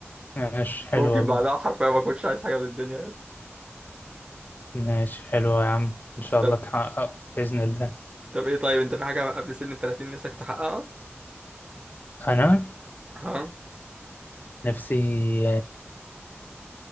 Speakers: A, on the left; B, on the right.
A: ماشي حلو
B: ممكن
A: والله
B: بعدها حرفيا ما كنتش عايز حاجه من الدنيا يعني
A: ماشي حلو يا عم إن شاء
B: طب
A: الله تحققه بإذن الله
B: طب ايه طيب انت في حاجه قبل سن ال 30 نفسك تحققها
A: أنا
B: ها
A: نفسي